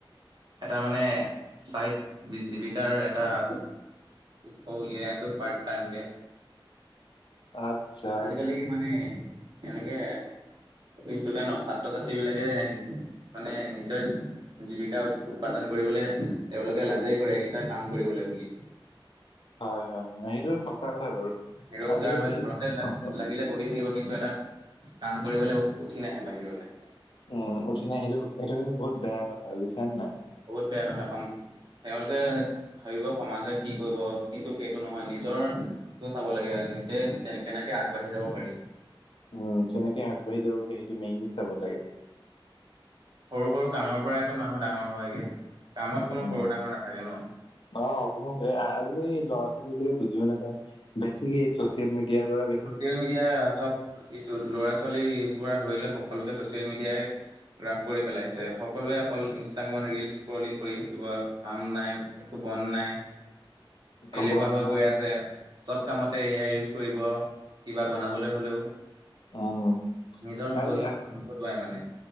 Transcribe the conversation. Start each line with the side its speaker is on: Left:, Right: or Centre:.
Right: এটা মানে চাৰি বিশ জীৱিকাৰ এটাৰ হ, উলিয়াই আছোঁ পাৰ্ট টাইম কে
Left: আচ্ছা
Right: আজিকালি মানে এনেকে ষ্টুডেন্ট ছাত্ৰ ছাত্ৰী বিলাকে মানে নিজৰ জীৱিকা উৎপাজন কৰিবলৈ তেওঁলোকে লাজেই কৰে এটা কাম কৰিবলৈ বুলি।
Left: হয় হয় হয় সেইটো সঁচা কথা বাৰু।
Right: বেৰজগাৰ
Left: আজিকালি
Right: হৈ ঘৰতে লাগিলে বগি থাকিব কিন্তু এটা কাম কৰিবলৈ উঠি নাহে বাহিৰলৈ
Left: উম, উঠি নাহিলেওঁ সেইটো কিন্তু বহুত বেয়া কথা বুজিছানে নাই
Right: বহুত বেয়া কথা হম তেওঁলোকে ভাবিব সমাজে কি কৰিব কিন্তু সেইটো নহয় নিজৰ টো চাব লাগে নিজে যেনে কেনেকে আগবাঢ়ি যাব পাৰি।
Left: উম, কেনেকে আগবাঢ়ি যাব পাৰি সেইটো মেইনলি চাব লাগে।
Right: সৰু সৰু কামৰ পৰাইতো মানুহ ডাঙৰ হয়গে কামত
Left: উম,
Right: কোনো সৰু ডাঙৰ নাথাকে ন
Left: অ, <unintelligible> আজি ল'ৰা ছোৱালীে বুজিও নাপায় বেছি ছ'চিয়েল মিডিয়াৰ মিডিয়া পৰা
Right: ছ'চিয়েল মিডিয়াৰ চব <unintelligible> ল'ৰা ছোৱালী পুৰা ধৰিলৈ সকলোকে ছ'চিয়েল মিডিয়াই ৰাস কৰি পেলাইছে, সকলোৱে অকল ইনষ্টাগ্ৰামত ৰীলছ স্ক্ৰল কলিং কৰি থাকিব কাম নাই। একো
Left: উম
Right: বন নাই,
Left: একো
Right: এলেহুৱা
Left: বন
Right: হৈ
Left: নাই
Right: গৈ আছে। চব কামতে এ আই ইউজ কৰিব। কিবা বনাবলৈ হ'লেও।
Left: অ'
Right: নিজৰ মগজু
Left: আজি
Right: নখটোৱাই মানে